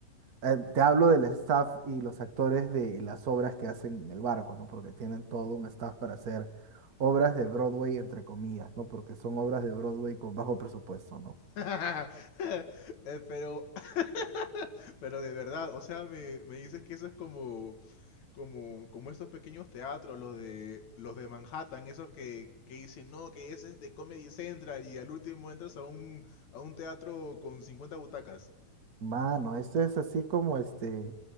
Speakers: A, on the right; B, on the left.
A: Eh,
B: Mm.
A: te hablo del staff y los actores de las obras que hacen en el barco, ¿no? Porque tienen todo un staff para hacer obras de Broadway, entre comillas, ¿no? Porque son obras de Broadway con bajo presupuesto, ¿no?
B: <laughs> Eh, Pero, <laughs> pero de verdad, o sea, me, me dices que eso es como, como, como estos pequeños teatros, los de, los de Manhattan, esos que, que dicen, no, que ese es de Comedy Central y al último entras a un, a un teatro con 50 butacas.
A: Mano, esto es así como este,